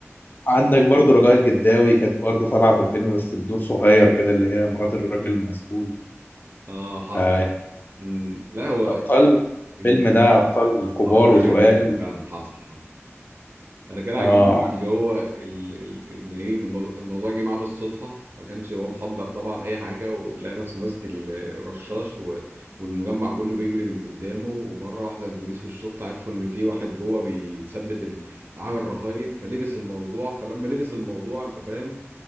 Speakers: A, on the left (about 45°); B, on the right (about 50°).
A: عندك برضو رجاء الجداوي كانت برضو طالعه في الفيلم بس بدور صغير كده اللي هي مرات الراجل المسؤول
B: اه حصل
A: آه
B: مم. لا هو
A: ابطال
B: ال-
A: الفيلم ده ابطال كبار
B: عبقري
A: وتقال
B: جدا فعلا حصل حصل انا كان عاجبني
A: اه
B: اللي هو ال... ال... ان ايه إن الموضوع الموضوع جه معاه بالصدفه ما كانش هو محضر طبعا اي حاجه ولقى نفسه ماسك ال- الرشاش و... والمجمع كله بيجري من قدامه ومره واحده البوليس والشرطه عرفوا ان في واحد جوه بيثبت ال... عامل رهاين فلبس الموضوع فلما لبس الموضوع انت فاهم